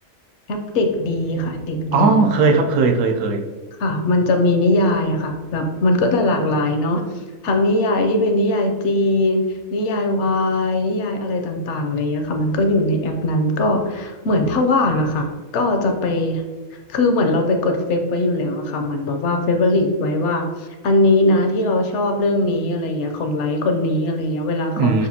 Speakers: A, on the left; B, on the right.
A: แอปเด็กดีค่ะเด็กดี
B: อ๋อเคยครับเคยเคยเคย
A: ค่ะมันจะมีนิยายอะค่ะแบบมันก็จะหลากหลายเนาะทั้งนิยายที่เป็นนิยายจีนนิยายวายนิยายอะไรต่างๆอะไรเงี้ยค่ะมันก็อยู่ในแอปนั้นก็เหมือนถ้าว่างอะค่ะก็จะไปคือเหมือนเราไปกดเฟซไว้อยู่แล้วอะค่ะเหมือนแบบว่าเฟเวอริตไว้ว่า อันนี้นะที่เราชอบเรื่องนี้อะไรเงี้ยของไลค์คนนี้อะไรเงี้ยเวลาเขา
B: อื